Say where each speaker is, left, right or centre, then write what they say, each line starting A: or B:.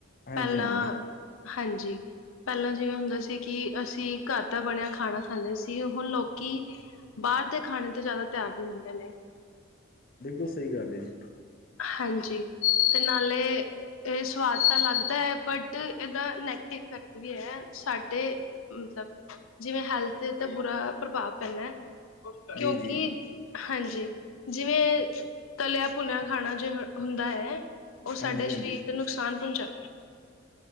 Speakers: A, on the left (about 45°); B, on the left (about 80°).
A: ਹਾਂਜੀ
B: ਪਹਿਲਾਂ
A: ਹਾਂਜੀ
B: ਹਾਂਜੀ ਪਹਿਲਾਂ ਜਿਵੇਂ ਹੁੰਦਾ ਸੀ ਕਿ ਅਸੀਂ ਘਰ ਦਾ ਬਣਿਆ ਖਾਣਾ ਖਾਂਦੇ ਸੀ ਹੁਣ ਲੋਕੀ ਬਾਹਰ ਦੇ ਖਾਣੇ ਤੇ ਜ਼ਿਆਦਾ ਧਿਆਨ ਦਿੰਦੇ ਨੇ
A: ਬਿਲਕੁਲ ਸਹੀ ਗੱਲ ਜੀ
B: ਹਾਂਜੀ ਤੇ ਨਾਲੇ ਇਹ ਸਵਾਦ ਤਾਂ ਲੱਗਦਾ ਹੈ ਬਟ ਇਹਦਾ ਨੈਗੇਟਿਵ ਇਫੈਕਟ ਵੀ ਹੈ ਸਾਡੇ ਮਤਲਬ ਜਿਵੇਂ ਹੈਲਥ ਦਾ ਬੁਰਾ ਪ੍ਰਭਾਵ ਪੈਂਦਾ ਹੈ। ਕਿਉਂਕਿ
A: ਜੀ ਜੀ
B: ਹਾਂਜੀ ਜਿਵੇਂ ਤਲਿਆ ਪੁੁਨਿਆ ਖਾਣਾ ਜੇ ਹੁੰਦਾ ਹੈ। ਉਹ
A: ਹਾਂਜੀ
B: ਸਾਡੇ ਸਰੀਰ
A: ਹਾਂਜੀ
B: ਤੇ ਨੁਕਸਾਨ ਪਹੁੰਚਾ